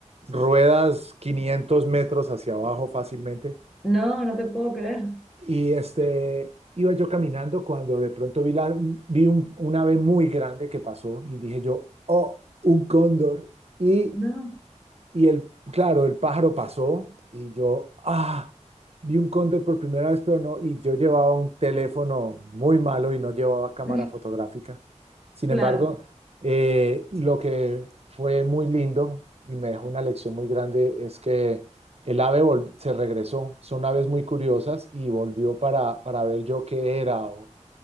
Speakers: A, on the right; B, in the centre.
A: ruedas 500 metros hacia abajo fácilmente.
B: No, no te puedo creer.
A: Y este, iba yo caminando cuando de pronto vi, la, vi un, un ave muy grande que pasó y dije yo, oh, un cóndor. Y
B: No,
A: y el, claro, el pájaro pasó y yo, ah, vi un cóndor por primera vez, pero no, y yo llevaba un teléfono muy malo y no llevaba cámara
B: <laughs>
A: fotográfica. Sin
B: claro.
A: embargo, eh, lo que fue muy lindo y me dejó una lección muy grande es que el ave vol- se regresó. Son aves muy curiosas y volvió para, para ver yo qué era. o-